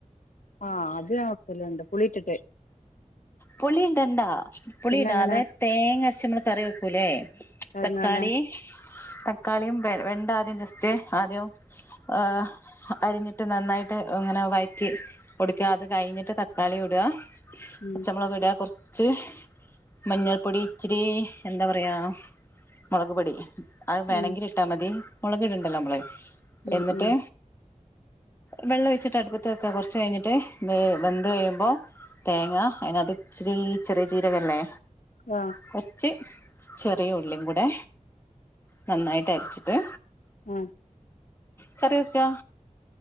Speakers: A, on the left; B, on the left.
A: ആഹ് അത് ഞാൻ വെക്കല്ണ്ട് പുളി ഇട്ടിട്ട്
B: പുളി ഇടണ്ടാ പുളി
A: പിന്നെ
B: ഇടാതെ
A: എങ്ങനെ
B: തേങ്ങ അരച്ച് നമ്മള് കറി വെക്കൂല്ലേ
A: എങ്ങനെ
B: തക്കാളി തക്കാളിയും വെ വെണ്ട ആദ്യം ജസ്റ്റ് ആദ്യം ആ അരിഞ്ഞിട്ട് നന്നായിട്ട് ഇങ്ങനെ വയറ്റി കൊടുക്കുക അത് കഴിഞ്ഞിട്ട് തക്കാളി ഇടുക,
A: ഉം
B: പച്ചമുളക് ഇടുക കുറച് ഇച്ചിരി മഞ്ഞൾപ്പൊടി ഇച്ചിരി എന്താ പറയാ മുളക് പൊടി അത് വേണെങ്കിൽ
A: ഉം
B: ഇട്ടാ മതി മുളക് ഇട്ണ്ടല്ലോ നമ്മള്
A: ഉം
B: എന്നിട്ട്
A: ഉം
B: വെള്ളം ഒഴിച്ചിട്ട് അടുപ്പത്ത് വെക്കാ കുറച്ച് കഴിഞ്ഞിട്ട് വെ വെന്ത് കഴിയുമ്പോൾ തേങ്ങ അതിനകത്ത് ഇച്ചിരി ഈ ചെറിയ ജീരകല്ലേ
A: ആഹ്
B: കുറച്ച് ചെറിയുള്ളികൂടെ നന്നായിട്ട് അരച്ച്ട്ട്
A: ആഹ്
B: കറിവെക്കാ